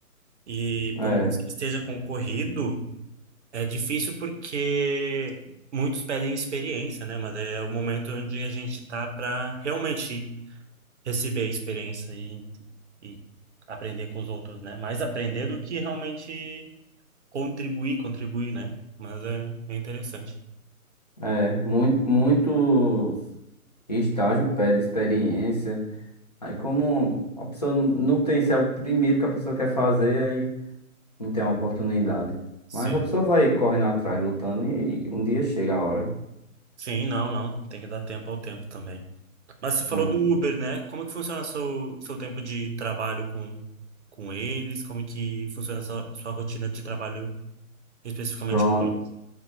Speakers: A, on the right; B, on the left.
A: E
B: É,
A: por mais que esteja concorrido, é difícil porque muitos pedem experiência, né? Mas é o momento onde a gente está para realmente receber a experiência e, e aprender com os outros, né? Mais aprender do que realmente contribuir, contribuir, né? Mas é, é interessante.
B: é. Muito, muitos estágio pede experiência. Aí, como a pessoa não tem, se é o primeiro que a pessoa quer fazer, aí não tem a oportunidade.
A: Sim.
B: Mas a pessoa vai correndo atrás, lutando, e um dia chega a hora.
A: Sim, não, não. Tem que dar tempo ao tempo também. Mas você falou
B: É.
A: do Uber, né? Como que funciona seu, seu tempo de trabalho com, com eles? Como que funciona sua, sua rotina de trabalho especificamente
B: Pronto,
A: com eles?